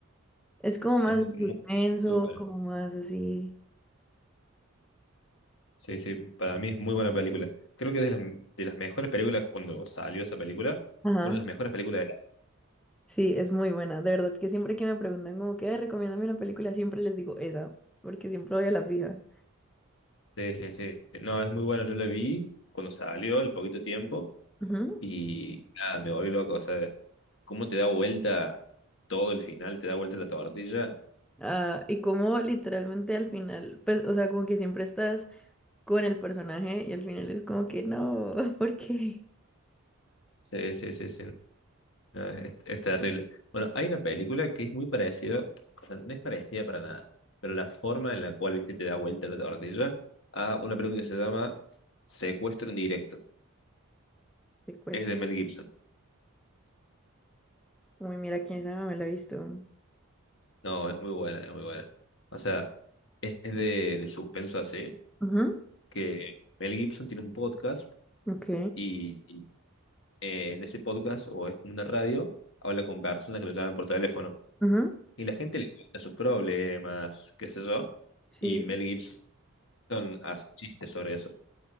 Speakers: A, in the centre; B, on the left (about 55°).
A: Es como más
B: es
A: de
B: muy,
A: suspenso,
B: muy buena.
A: como más así.
B: Sí, sí, para mí es muy buena película. Creo que es de las, de las mejores películas cuando salió esa película.
A: Ajá,
B: Fue una de las mejores películas de la...
A: sí, es muy buena. De verdad que siempre que me preguntan como que "Ay, recomiéndame una película, siempre les digo esa, porque siempre voy a la fija.
B: Sí, sí, sí. No, es muy buena. Yo la vi cuando salió, el poquito tiempo.
A: Ujú.
B: Y nada, me volví loco. O sea, cómo te da vuelta todo el final, te da vuelta la tortilla.
A: Ah, y como literalmente al final, pues, o sea, como que siempre estás con el personaje y al final es como que no, <laughs> ¿por qué?
B: Sí, sí, sí, sí. no, es, es terrible. Bueno, hay una película que es muy parecida, o sea, no es parecida para nada, pero la forma en la cual, viste, te da vuelta la tortilla a una película que se llama Secuestro en directo.
A: Te cuesta.
B: Es de Mel Gibson.
A: Uy, mira, quién sabe, me la he visto.
B: No, es muy buena, es muy buena. O sea, es de, de suspenso así,
A: Ujú,
B: que Mel Gibson tiene un podcast
A: Ok.
B: y, y, eh, en ese podcast, o es como una radio, habla con personas que lo llaman por teléfono
A: ujú,
B: y la gente le cuenta sus problemas, qué sé yo.
A: Sí.
B: Y Mel Gibson Son, hace chistes sobre eso.